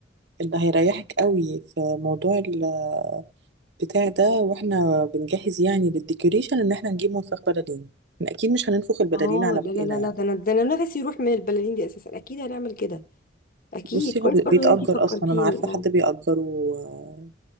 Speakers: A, on the right; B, on the left.
A: اللي هيريحك قوي في موضوع البتاع ده واحنا بنجهز يعني للديكوريشن ان احنا نجيب منفخ بلالين احنا اكيد مش هننفخ البلالين
B: اه
A: على بقنا
B: لا لا لا
A: يعني
B: لا ده انا ده انا نفسي يروح من البلالين دي اساسا اكيد هنعمل كده اكيد
A: بصي
B: كويس
A: هو بي- بيتأجر
B: برضه ان انتي فكرتيني
A: اصلا انا عارفة
B: اه
A: حد بيأجره آه،